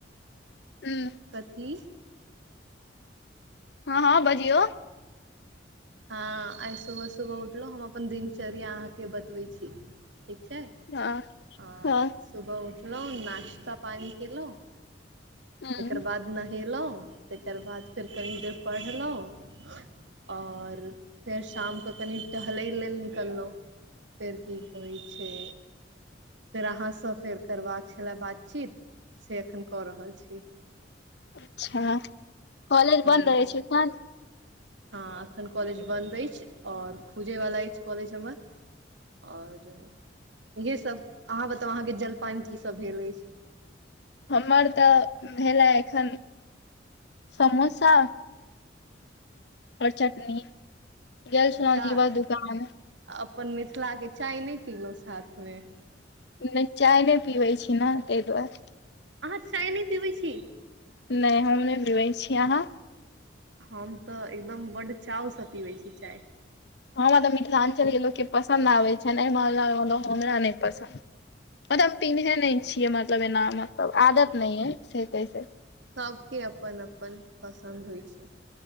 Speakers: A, on the left; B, on the right.
A: हूँ
B: कथी
A: हँ हँ बजियौ
B: हँ आइ सुबह सुबह उठलहुँ हम अपन दिनचर्या अहाँके बतबै छी ठीक छै
A: हँ
B: आ
A: हँ
B: सुबह उठलहु नश्ता पानी कलहु
A: ह
B: तेकर बाद नहे लो तेकर बाद फेर कनी देर पढ़लहुँं आओर फेर शामके कनि टहलै लेल निकललहुँ फेर की कहै छै फेर अहाँसँ फेर करबाक छलए बातचीत से एखन कऽ रहल छी
A: अच्छा कॉलेज
B: हुँ,
A: बन्द अछि अखन
B: हँ एखन कॉलेज बन्द अछि आओर खुजयवला अछि कॉलेज हमर आओर इएहेसभ अहाँ बताउ अहाँके जलपान की सभ भेल अछि
A: हमर तऽ भेलै एखन समोसा आओर चटनी गेल छलहुँ
B: चाह
A: जीवछ दुकान आने
B: अपन मिथिलाके चाय नहि पीलहुँ साथमे
A: नहि चाय नइ पीबै छी नऽ ताहि दुआरे
B: अहाँ चाय नहि पीबैत छी
A: नहि हम नहि बीबै छी अहाँ
B: हम तऽ एकदम बड्ड चावसँ पीबै छी चाय
A: हमरा तऽ मिथिलाञ्चल के लोकके पसन्द आबै छै एहि मामला मे तऽ हमरा नहि पसन्द मतलब हम पिन्हे नहि छियै मतलब एना मतलब आदत नहि य से कैह
B: सभके अपन अपन पसन्द होइ छै